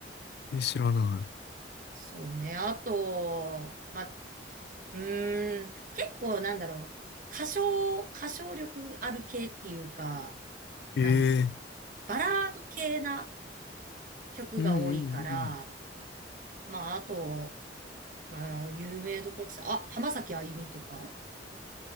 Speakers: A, on the left; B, on the right.
A: え、知らな
B: そうね。あと、ま、うーん、結構なんだろう。歌唱、歌唱力ある系っていうか、
A: い。
B: なんだろう。
A: ええー、
B: バラード系な曲が多いから、
A: うんうんうん
B: まあ、あと、まあ、有名どころって言ったら、あ、浜崎あゆみとか